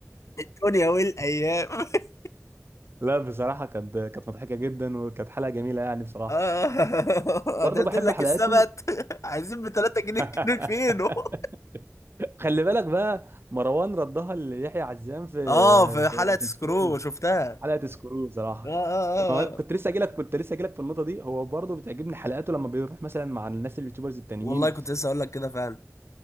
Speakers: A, on the left (about 65°); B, on the right (about 45°).
A: الدنيا والايام <laughs>
B: لا بصراحة كانت كانت مضحكة جدا وكانت حلقة جميلة يعني بصراحة
A: اه
B: برضه
A: ده
B: بحب
A: لك
B: حلقاته
A: السبت <laughs> عايزين ب 3 جنيه
B: <laughs>
A: كيلو فينو
B: خلي بالك بقى مروان ردها ليحيى عزام في
A: اه في
B: في,
A: حلقه
B: في
A: سكرو
B: سكرو
A: شفتها
B: حلقة سكرو بصراحة
A: اه اه اه
B: ما هو- كنت
A: اه.
B: لسه اجي لك كنت لسه اجي لك في النقطة دي هو برضه بتعجبني حلقاته لما بيروح مثلا مع الناس اليوتيوبرز التانيين
A: والله كنت لسه اقول لك كده فعلا